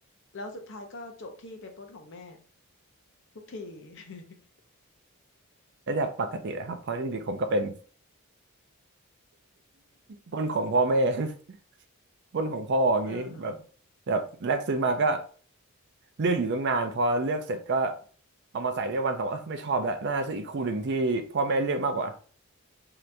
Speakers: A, on the left; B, on the right.
A: แล้วสุดท้ายก็จบที่ไปปล้นของแม่ทุกที <laughs>
B: ระดับปกตินะครับเพราะจริงๆผมก็เป็นปล้นของพ่อแม่ <laughs> ปล้นของพ่ออย่างนี้แบบ
A: อ่าฮะ
B: แบบแรกซื้อมาก็เลือกอยู่ตั้งนานพอเลือกเสร็จก็เอามาใส่ได้วันสองวันเอ้อไม่ชอบแล้วน่าซื้ออีกคู่หนึ่งที่พ่อแม่เลือกมากกว่า